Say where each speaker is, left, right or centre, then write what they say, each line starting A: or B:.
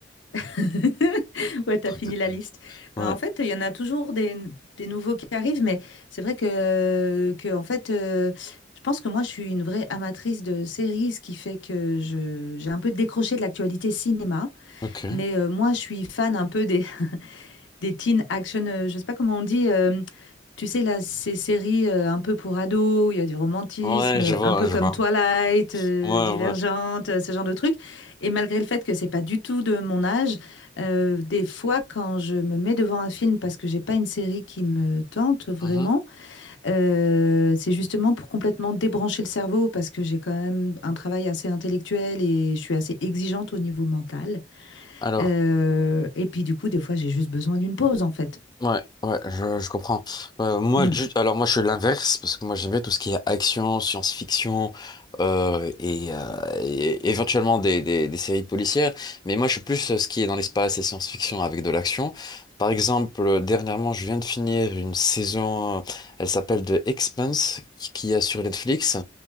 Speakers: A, on the left (about 75°); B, on the left (about 20°).
A: <laughs> Ouais, t'as
B: Truc
A: fini
B: de dingue.
A: la liste.
B: Ouais.
A: Ben, en fait, il y en a toujours des, des nouveaux qui arrivent, mais c'est vrai que, que en fait, euh, je pense que moi je suis une vraie amatrice de séries, ce qui fait que je, j'ai un peu décroché de l'actualité cinéma.
B: Ok.
A: Mais euh, moi, je suis fan un peu des, <laughs> des teen action, euh, je sais pas comment on dit, euh, Tu sais, là, ces séries euh, un peu pour ados, où il y a du romantisme,
B: Ouais,
A: euh,
B: je vois,
A: un peu
B: je
A: comme
B: vois.
A: Twilight, euh,
B: Ouais,
A: Divergente,
B: ouais.
A: euh, ce genre de trucs. Et malgré le fait que c'est pas du tout de mon âge, euh, des fois, quand je me mets devant un film parce que j'ai pas une série qui me tente vraiment,
B: Mhm.
A: euh, c'est justement pour complètement débrancher le cerveau parce que j'ai quand même un travail assez intellectuel et je suis assez exigeante au niveau mental.
B: Alors,
A: Euh, et puis, du coup, des fois, j'ai juste besoin d'une pause, en fait.
B: ouais, ouais, je, je comprends. Euh, moi,
A: Mm.
B: ju- alors moi, je suis l'inverse parce que moi, j'aime bien tout ce qui est action, science-fiction euh, et, euh, et éventuellement des, des, des séries policières. Mais moi, je suis plus euh, ce qui est dans l'espace et science-fiction avec de l'action. Par exemple, euh, dernièrement, je viens de finir une saison, euh, elle s'appelle The Expanse, qui qui est sur Netflix.